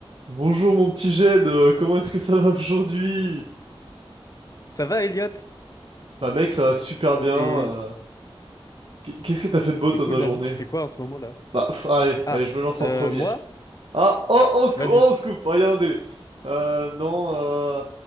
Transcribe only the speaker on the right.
Bonjour mon petit Jed, euh, comment est-ce que ça va aujourd'hui?
Bah mec, ça va super bien.
euh. Qu- Qu'est-ce que t'as fait de beau
dans
ta
journée?
Bah pff, allez,
allez, je me lance en
premier.
Ah, oh, oh, on se coupe,
oh, on se coupe, ah, y a un délai. Euh, non, euh,